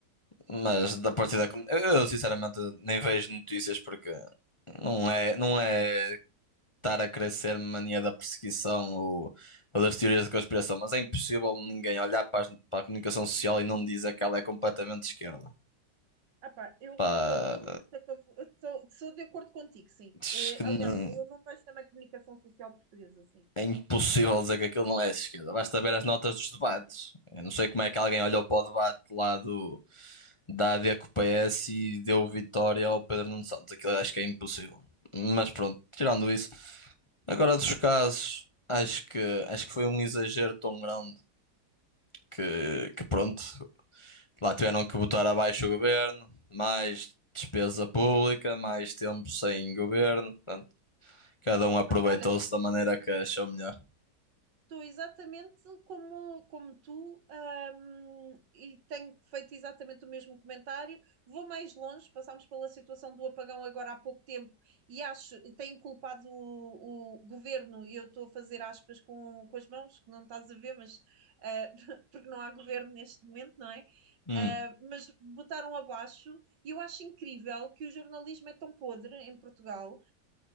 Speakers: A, on the left; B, on the right.
A: Mas da partir da. Eu, eu, sinceramente nem vejo notícias porque não é, não é estar a crescer mania da perseguição ou, ou das teorias de conspiração, mas é impossível ninguém olhar para, as- para a comunicação social e não dizer que ela é completamente de esquerda.
B: Ah pá, eu
A: Pá,
B: sou totalmente a favor, eu sou, sou de acordo contigo, sim.
A: Diz
B: É,
A: que não-
B: aliás, eu não vejo também a comunicação social portuguesa assim.
A: é impossível dizer que aquilo não é de esquerda. Basta ver as notas dos debates. Eu não sei como é que alguém olhou para o debate lá do, da AD com o PS e deu vitória ao Pedro Nuno Santos. Aquilo eu acho que é impossível. Mas pronto, tirando isso. Agora dos casos, acho que, acho que foi um exagero tão grande que, que pronto, lá tiveram que botar abaixo o governo, mais despesa pública, mais tempo sem governo. Portanto, cada um aproveitou-se
B: Bem, Olha,
A: da maneira que achou melhor.
B: Estou exatamente como, como tu, hum, e tenho feito exatamente o mesmo comentário. Vou mais longe, passámos pela situação do apagão agora há pouco tempo e acho, e tenho culpado o, o governo, e eu estou a fazer aspas com, com as mãos, que não estás a ver, mas ah, <laughs> porque não há governo neste momento, não é?
A: Hum,
B: Uh, mas botaram abaixo, e eu acho incrível que o jornalismo é tão podre em Portugal,